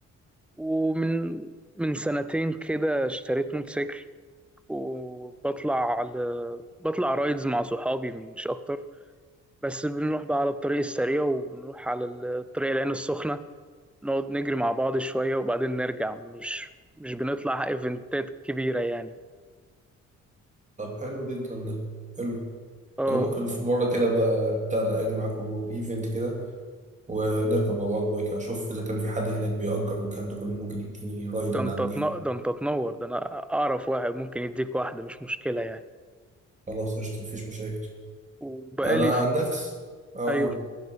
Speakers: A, in the centre; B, on the right.
A: ومن من سنتين كده اشتريت موتوسيكل وبطلع على بطلع رايدز مع صحابي مش اكتر بس بنروح بقى على الطريق السريع وبنروح على الطريق العين السخنة نقعد نجري مع بعض شوية وبعدين نرجع مش مش بنطلع ايفنتات كبيرة يعني
B: طب حلو جدا ده حلو
A: اه
B: انا ممكن في مره كده بقى بتاع ده اجي معاكم ايفنت كده ونركب مع بعض بايك اشوف اذا كان في حد هناك بيأجر والكلام ده كله ممكن يديني رايد
A: ده
B: من
A: انت
B: عندي
A: تن- ده انت تنور ده انا اعرف واحد ممكن يديك واحدة مش مشكلة يعني
B: خلاص قشطة مفيش مشاكل
A: وبقالي
B: أنا
A: في...
B: عن نفسي أقول
A: ايوه